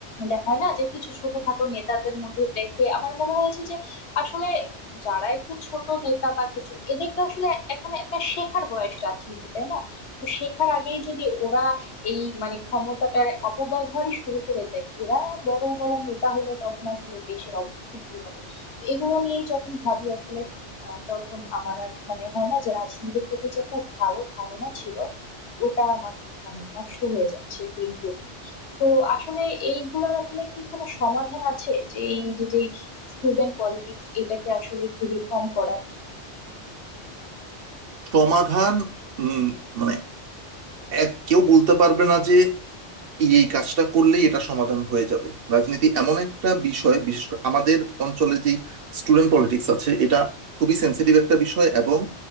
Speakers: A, on the left; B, on the right.
A: দেখা হয় না যে কিছু ছোটখাটো নেতাদের মধ্যে দেখে আমার মনে হয়েছে যে আসলে যারা একটু ছোট নেতা বা কিছু এদেরকে আসলে এখন একটা শেখার বয়স রাজনীতি তাই না তো শেখার আগেই যদি ওরা এই মানে ক্ষমতাটার অপব্যবহারই শুরু করে দেয় এরা বড় বড় নেতা হলে তখন আসলে দেশের অবস্থা কি হবে তো এগুলো নিয়েই যখন ভাবি আসলে আহ, তখন আমার আর মানে হয় না যে রাজনীতির প্রতি যে একটা ভালো ধারণা ছিল ওটা আমার মানে নষ্ট হয়ে যাচ্ছে দিন দিন তো আসলে এইগুলার আসলে কি কোনো সমাধান আছে যে এই যে যে স্টুডেন্ট পলিটিক্স এটাকে আসলে একটু রিফর্ম করার
B: সমাধান উম, মানে এক কেউ বলতে পারবে না যে এই এই কাজটা করলেই এটা সমাধান হয়ে যাবে রাজনীতি এমন একটা বিষয় বিশেষ করে আমাদের অঞ্চলে যেই স্টুডেন্ট পলিটিক্স আছে এটা খুবই সেন্সিটিভ একটা বিষয় এবং